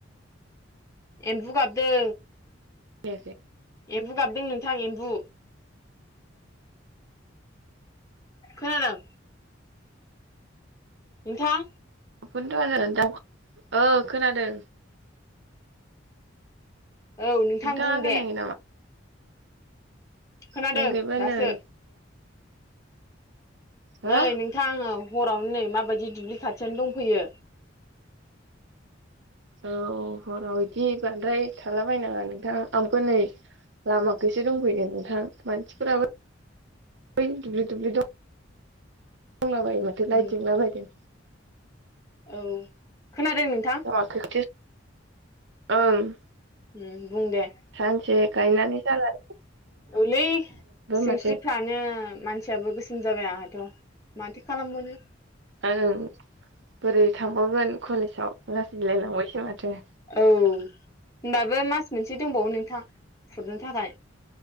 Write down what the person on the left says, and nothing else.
एम्बु गाबदों।
एम्बु गाबदों नोंथां एम्बु। खोनादों? नोंथां
औ नोंथां
बुं
दे। खोनादों
दासो
नै नोंथां औ। हरावनो नै माबायदि दुब्लि खाथियनो दंफैयो।
उम
औ खोनादों नोंथां?
उम बुं दे
औलै सिंस्रिफ्रानो
मानसियाबो गोसोम जाबाय आंहाथ'। माथो खालामबावनो
औ होनबाबो मास मोनसे दंबावो नोंथां फुरनो थाखाय।